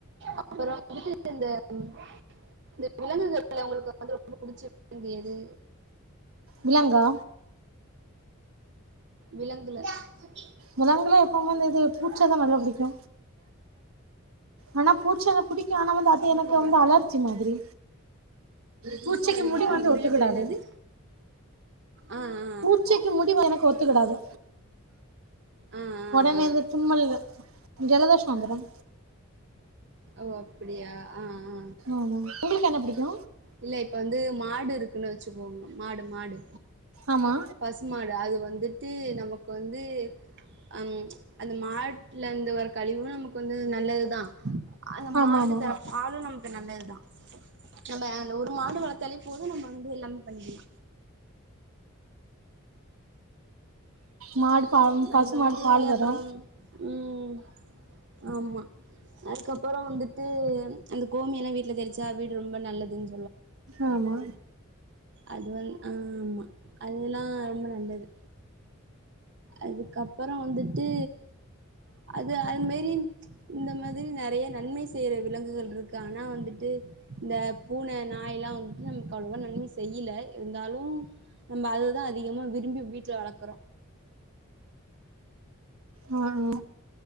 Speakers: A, on the right; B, on the right.
A: அப்புறோ வந்துட்டு இந்த ம் இந்த விலங்குகள்ல உங்களுக்கு வந்து ரொம்ப புடிச்ச விலங்கு எது
B: விலங்கா
A: விலங்குல ஆ
B: விலங்குல எப்பவுமே இந்த இது பூச்சதா நல்லா புடிக்கு ஆனா போச்சா புடிக்கும் ஆனா வந்து அது எனக்கு வந்து அலர்ச்ஜி மாதிரி பூச்சிக்கு முடி
A: ஆ,
B: வந்து
A: புரியல
B: ஒத்துக்குடாது
A: தோழி என்னது ஆ ஆ
B: பூச்சிக்கு முடி வளரக்கோத் துக்குடாது
A: ஆ ஆ
B: ஒடனே
A: ஆ
B: இந்த தும்மல் ஜல <unintelligible>
A: ஓ அப்புடியா ஆ ஆ
B: ஆமா உங்களுக்கு என்ன பிடிக்கூ
A: இல்ல இப்ப வந்து மாடு இருக்குன்னு வச்சுகோங்க மாடு மாடு
B: ஆமா
A: பசுமாடு அது வந்திட்டு நமக்கு வந்து அம் அந்த மாட்லந்து வர கழிவு நமக்கு வந்து நல்லதுதா அந்த
B: ஆமா
A: மாடு
B: ஆமா
A: தர பாலு நமக்கு நல்லதுதா நம்ப அந்த ஒரு மாடு வளத்தாலே போதூ நம்ப வந்து எல்லாமே பண்ணிக்கிலா
B: மாடு பம்
A: நம்ம
B: பசு
A: வந்து
B: மாடு பால் தரூ
A: அப்புறம் ம் ஆமா அதுக்கப்பறோ வந்துட்டு அந்த கோமியெல்லா வீட்ல தெளிச்சா வீடு ரொம்ப நல்லதுன்
B: ஆமா
A: அது வந் ஆமா அதுல்லா ரொம்ப நல்லது அதுக்கப்புறோ வந்துட்டு அது அது மேரி இந்த மாதிரி நறைய நன்மை செய்ற விலங்குகள்ட்ருக்கு ஆனா வந்துட்டு இந்த பூன நா நாய்லா வந்துட்டு நமக்கு அவ்ளவா நன்மை செய்யில இருந்தாலு நம்ப அதுதா அதிகமா விரும்பி வீட் ஜ வளக்குறோ
B: அ அ